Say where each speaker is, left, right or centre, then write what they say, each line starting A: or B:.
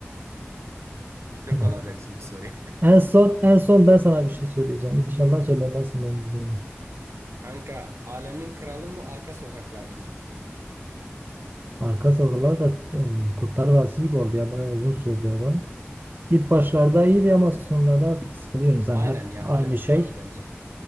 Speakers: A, on the right; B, on the right.
A: Şok
B: <laughs>
A: olacaksın bu soruya.
B: En son en son ben sana bir şey söyleyeceğim. İnşallah söylemezsin. ben bunu.
A: Kanka, Alemin Kralı mı, Arka Sokaklar mı?
B: Arka sokaklar da e, Kurtlar Vadisi gibi oldu ya. Bayağı uzun sürdü o İlk başlarda iyiydi ama sonlarda artık sıkılıyor
A: <laughs>
B: insan.
A: Aynen
B: Hep
A: ya,
B: aynı
A: Alemin
B: şey.
A: Kralı bence.